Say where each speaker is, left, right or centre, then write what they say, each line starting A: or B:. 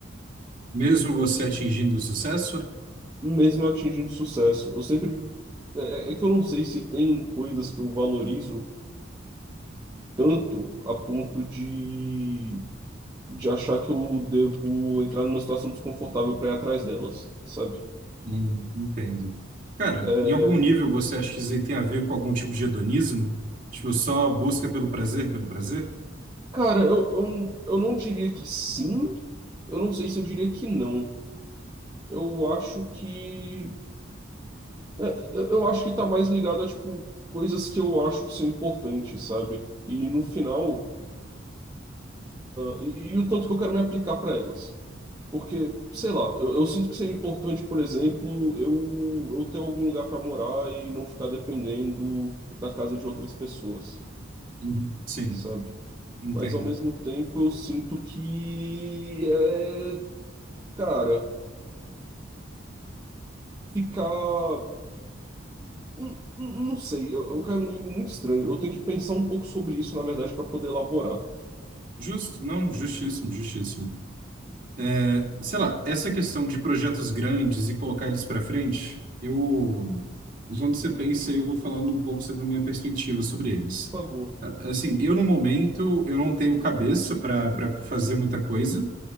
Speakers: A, on the right; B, on the right.
A: Mesmo você atingindo o sucesso?
B: Mesmo eu atingindo sucesso, eu sempre. É, é é que eu não sei se tem coisas que eu valorizo tanto a ponto de, de achar que eu devo entrar numa situação desconfortável para ir atrás delas, sabe?
A: Hum, entendo. Cara,
B: É,
A: em algum nível você acha que isso aí tem a ver com algum tipo de hedonismo? Tipo, só busca pelo prazer, pelo prazer?
B: cara, eu, eu, eu não diria que sim, eu não sei se eu diria que não. Eu acho que. É, eu eu acho que tá mais ligado a, tipo, coisas que eu acho que são importantes, sabe? E no final, ah, e, e o tanto que eu quero me aplicar para elas. Porque, sei lá, eu, eu sinto que seria importante, por exemplo, eu, eu ter algum lugar para morar e não ficar dependendo da casa de outras pessoas,
A: Uhum. Sim,
B: sabe?
A: entendo.
B: Mas ao mesmo tempo eu sinto que é, cara, ficar. N- n- Não sei, eu, eu quero um limbo muito estranho. Eu tenho que pensar um pouco sobre isso, na verdade, para poder elaborar.
A: Justo, não, justíssimo, justíssimo. É, sei lá, essa questão de projetos grandes e colocar eles para frente, eu, enquanto você pensa, eu vou falando um pouco sobre a minha perspectiva sobre eles.
B: Por favor.
A: A- Assim, eu no momento, eu não tenho cabeça para para fazer muita coisa,